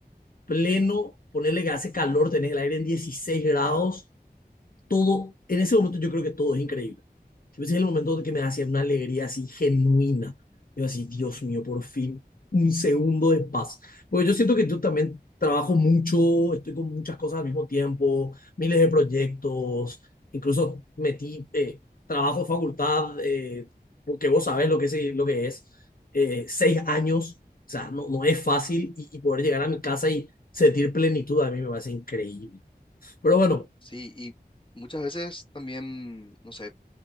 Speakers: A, on the left; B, on the left.
A: pleno, ponerle que hace calor, tenés el aire en 16 grados, todo, en ese momento yo creo que todo es increíble. Ese es el momento en que me hacía una alegría así genuina. Yo así, Dios mío, por fin, un segundo de paz. Porque yo siento que yo también trabajo mucho, estoy con muchas cosas al mismo tiempo, miles de proyectos, incluso metí eh, trabajo, facultad, eh, porque vos sabés lo que es, lo que es eh, seis años, o sea, no, no es fácil y, y poder llegar a mi casa y sentir plenitud a mí me parece increíble. Pero bueno,
B: Sí, y muchas veces también, no sé,